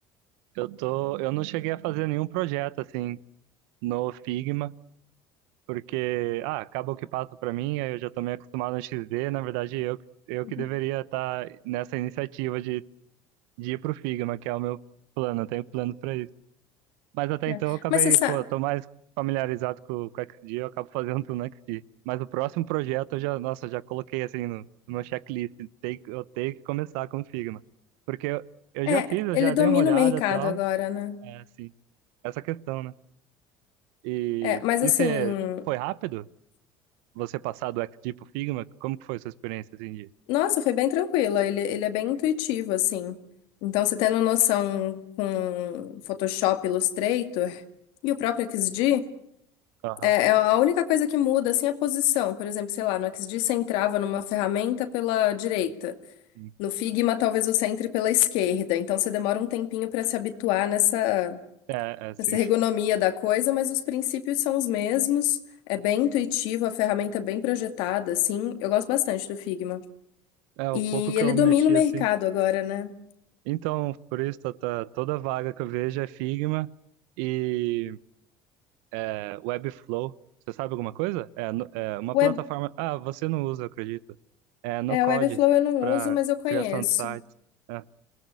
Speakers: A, on the right (about 80°); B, on the left (about 70°).
A: Eu tô, eu não cheguei a fazer nenhum projeto assim no Figma, porque ah, acaba o que passa para mim, aí eu já tô meio acostumado no XD, na verdade eu eu
B: Uhum.
A: que deveria estar nessa iniciativa de, de ir pro Figma, que é o meu plano, eu tenho plano para isso. Mas até
B: né?
A: então eu acabei,
B: Mas você sabe,
A: pô, eu tô mais familiarizado com, com o XD, eu acabo fazendo <laughs> tudo no XD. Mas o próximo projeto eu já, nossa, já coloquei assim no, no meu checklist, tem, que- eu tenho que começar com o Figma, porque eu, eu
B: é,
A: já fiz, eu
B: ele
A: já
B: domina
A: dei uma olhada
B: o mercado
A: e tal,
B: agora, né?
A: é assim, essa questão, né? E,
B: É, mas
A: e
B: assim,
A: você foi rápido? Você passar do XG pro Figma? Como que foi sua experiência assim de.
B: nossa, foi bem tranquila, ele, ele é bem intuitivo, assim. Então, você tendo noção com Photoshop, Illustrator e o próprio XD,
A: Aham.
B: É, é a única coisa que muda, assim, a posição. Por exemplo, sei lá, no XD você entrava numa ferramenta pela direita.
A: sim.
B: No Figma, talvez você entre pela esquerda. Então, você demora um tempinho para se habituar nessa,
A: É, é assim.
B: nessa ergonomia da coisa, mas os princípios são os mesmos. É bem intuitivo, a ferramenta é bem projetada, assim. Eu gosto bastante do Figma.
A: É, o
B: E
A: pouco que
B: ele
A: eu
B: domina
A: mexi
B: o mercado
A: assim.
B: agora, né?
A: Então, por isso, tá, tá- toda vaga que eu vejo é Figma e é, Webflow. Você sabe alguma coisa? É, no- é uma
B: Web,
A: plataforma. Ah, você não usa, eu acredito. É no
B: é,
A: Code
B: o Webflow eu não
A: para
B: uso, mas eu conheço.
A: criação de sites. É.